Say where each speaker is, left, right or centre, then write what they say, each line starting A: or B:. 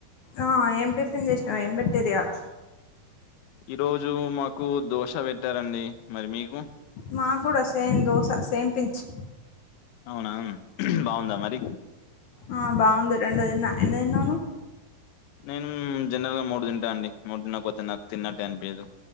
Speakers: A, on the left; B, on the left.
A: ఆ ఏం టిఫసిన్ జేసినవ్ ఏం బేటీన్ ర్రియాలా.
B: ఈ రోజు మాకు దోశ వెట్టారండి మరి మీకు.
A: మా కూడా సేమ్ దోశ సేమ్ పించు.
B: అవునా. బాగుందా మరి
A: ఆ బాగుంది రెండుదిన్నా ఎన్ని దిన్నవు నువ్వు.
B: నేన్ జనరల్ గా మూడు తింటా అండి మూడు తినక పొతే నాకు తిన్నట్టే అనిపియ్యదు.